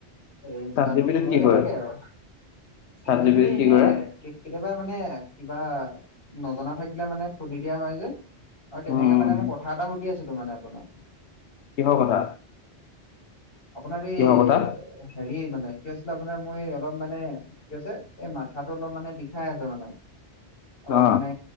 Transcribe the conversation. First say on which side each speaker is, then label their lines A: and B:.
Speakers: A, on the left (about 60°); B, on the left (about 80°).
A: এই ইনষ্টাটো
B: চাত জি পি
A: খুলো
B: টিত কি
A: এনেকে
B: কৰে
A: আৰু chat
B: chat
A: G P T
B: টিত
A: এনে
B: কি কৰে
A: আৰ - কেতিয়াবা মানে কিবা নজনা থাকিলে মানে খুলি দিয়া হয় যে। আৰু তেনেকে
B: উম উম
A: মানে মই কথা এটা সুধি আছিলো মানে আপোনাক।
B: কিহৰ কথা?
A: আপোনাৰ এই,
B: কিহৰ কথা
A: হেৰি মানে কি হৈছিলে, আপোনাৰ মই অলপ মানে কি আছে, এই মাথাটো অলপ মানে বিষাই আছে মানে। অলপ
B: অ
A: মানে